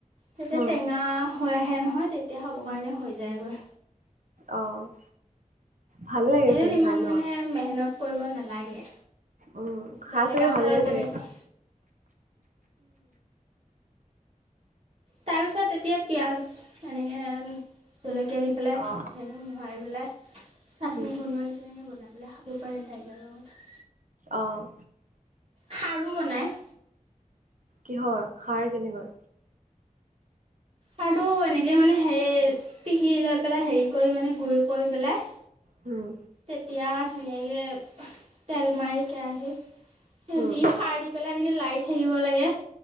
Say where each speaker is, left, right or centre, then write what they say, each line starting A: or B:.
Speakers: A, on the right; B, on the right.
A: তেতিয়া
B: উম
A: টেঙা হৈ আহে নহয়, তেতিয়া খাবৰ কাৰণে হৈ যায়গৈ।
B: অ'। ভালে লাগে
A: এনে
B: চাগে
A: ইমান
B: খাই
A: মানে,
B: ন
A: মেহনত কৰিব নালাগে।
B: উম খাই
A: বেলেগ
B: চাগে
A: আচাৰত
B: ভাল লাগে
A: যেনেকে
B: চাগে
A: তাৰপিছত তেতিয়া পিঁয়াজ এনেকে জলকীয়া দি পেলাই
B: অ
A: এনেই মোহাৰি পেলাই চাটনি
B: উম
A: বনোৱাৰ নিচিনাকে বনাই। বোলে খাব পাৰে দাইলৰ লগত।
B: অঁ'।
A: খাৰ ও বনাই।
B: কিহৰ খাৰ কেনেকৈ?
A: খাৰটো এনেকে মানে হেই পিহি লৈ পেলাই হেৰি কৰি মানে গুডি কৰি পেলাই।
B: উম
A: তেতিয়া ধুনীয়াকে, তেল মাৰি কেৰাহিত তেল
B: উম
A: দি খাৰ দি- পেলাই এনেকে লাৰি থাকিব লাগে।